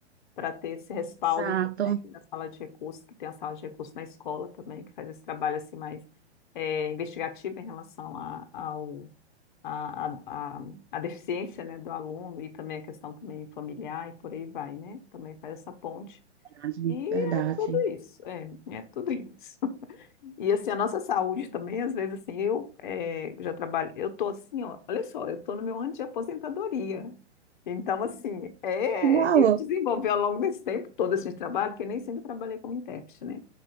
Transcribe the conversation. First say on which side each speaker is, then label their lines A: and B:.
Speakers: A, on the left; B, on the right.
A: para ter esse respaldo
B: Exato,
A: também na sala de recursos, que tem a sala de recursos na escola também, que faz esse trabalho assim mais é, investigativo em relação à a, ao, a, a, a, a deficiência, né, do aluno e também a questão também familiar e por aí vai, né? Também faz essa ponte.
B: verdade.
A: E
B: verdade.
A: é tudo isso, é, é tudo isso. E assim, a nossa saúde também, às vezes assim, eu eh, já trabalho, eu tô assim, ó, olha só, eu tô no meu ano de aposentadoria. Então, assim, é,
B: Legal.
A: eu desenvolvi ao longo desse tempo todo esse trabalho, porque nem sempre trabalhei como intérprete, né?